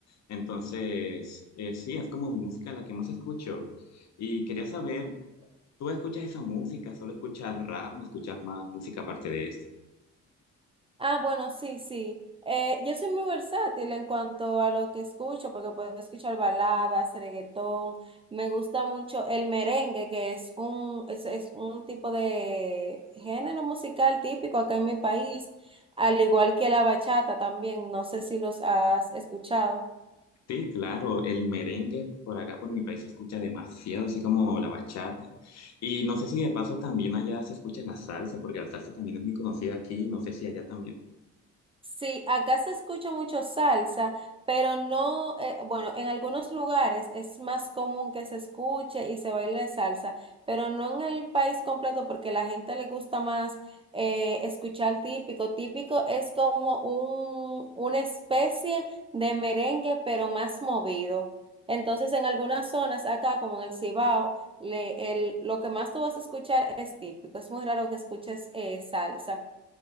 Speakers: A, on the left (about 60°); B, on the right (about 20°).
A: Entonces, eh, sí, es como mi música la que más escucho. Y quería saber, Tú escuchas esa música, solo escuchas rap, o escuchas más música aparte de esta.
B: Ah, bueno, sí, sí. Eh, yo soy muy versátil en cuanto a lo que escucho, porque puedo escuchar baladas, reggaetón. Me gusta mucho el merengue, que es un, es, es un tipo de género musical típico acá en mi país, al igual que la bachata también. No sé si los has escuchado.
A: Sí, claro, el merengue por acá, por mi país, se escucha demasiado, así como la bachata. Y no sé si de paso también allá se escucha la salsa, porque la salsa también es muy conocida aquí, y no sé si allá también.
B: Sí, acá se escucha mucho salsa, pero no, eh, bueno, en algunos lugares es más común que se escuche y se baile salsa, pero no en el país completo porque la gente le gusta más eh, escuchar típico. Típico es como un, una especie de merengue, pero más movido. Entonces, en algunas zonas acá, como en el Cibao, le- el- lo que más tú vas a escuchar es típico. Es muy raro que escuches eh, salsa.